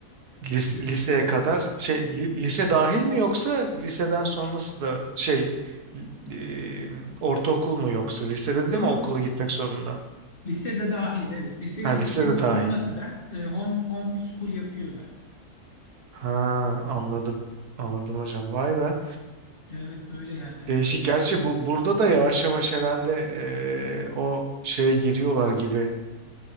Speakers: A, on the right; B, on the left.
A: Lise, liseye kadar şey li- lise dahil mi yoksa liseden sonrası da şey li- ortaokul mu yoksa lisede
B: Yok
A: de mi okula
B: yok
A: gitmek zorunda?
B: Lisede dahil evet. Lise,
A: Ha lisede
B: lisenin sonuna
A: dahil.
B: kadar e, home, home school yapıyorlar.
A: Ha anladım. Anladım hocam. Vay be.
B: Evet öyle yani. e,
A: Değişik. Gerçi bu burada da yavaş yavaş herhalde eee, o şeye giriyorlar gibi.